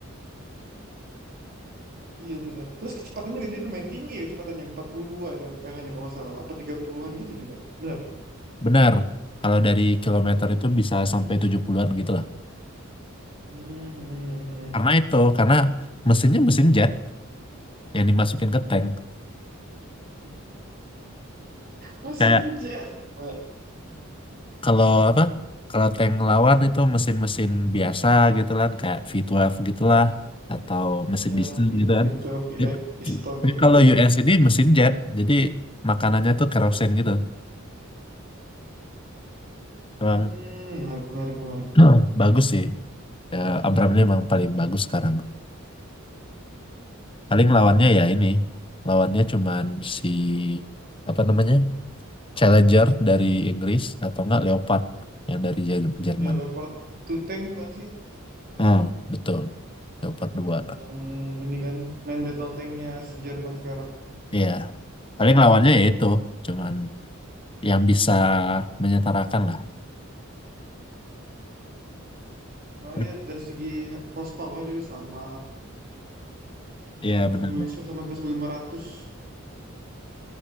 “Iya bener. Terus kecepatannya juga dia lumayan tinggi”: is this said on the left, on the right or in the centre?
Right